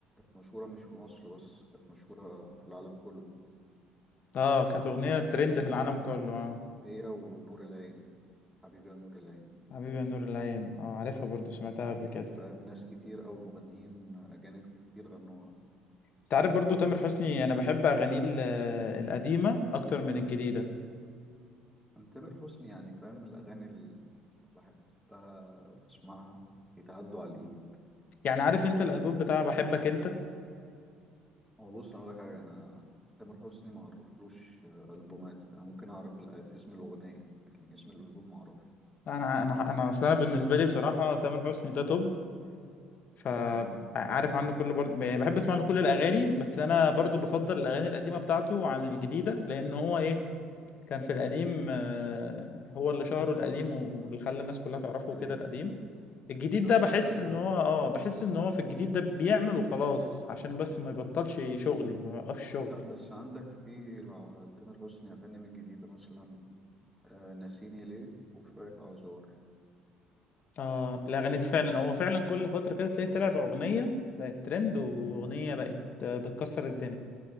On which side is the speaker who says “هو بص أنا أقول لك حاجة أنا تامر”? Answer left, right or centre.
Centre